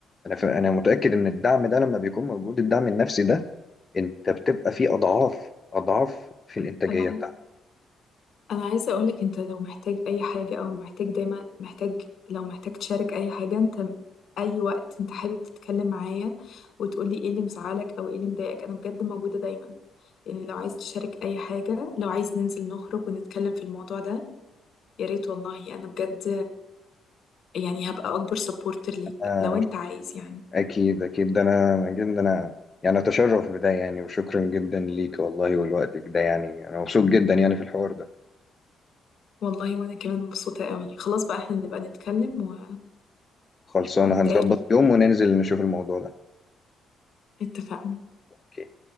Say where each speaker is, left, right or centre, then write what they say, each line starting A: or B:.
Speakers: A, on the left (about 30°); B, on the left (about 60°).
A: أنا ف... أنا متأكد إن الدعم ده لما بيكون موجود الدعم النفسي ده أنت بتبقى فيه أضعاف أضعاف في الإنتاجية
B: انا انا عايزه اقولك انت لو محتاج اي حاجه او محتاج دايما محتاج لو محتاج تشارك اي حاجه انت اي وقت انت حابب تتكلم معايا وتقولي ايه اللي مزعلك او ايه اللي مضايقك انا بجد موجوده دايما يعني لو عايز تشارك اي حاجه لو عايز ننزل نخرج ونتكلم في الموضوع ده يا ريت والله انا بجد يعني هبقى اكبر سبورتر ليك
A: بتاعتك
B: لو انت عايز يعني
A: أكيد أكيد ده أنا جدا أنا يعني أتشرف بده يعني وشكرا جدا ليك والله ولوقتك ده يعني أنا مبسوط جدا يعني في الحوار ده
B: والله وانا كمان مبسوطه قوي خلاص بقى احنا نبقى نتكلم و...
A: خلصانة
B: ونتقابل
A: هنظبط يوم وننزل نشوف الموضوع ده
B: اتفقنا
A: أوكي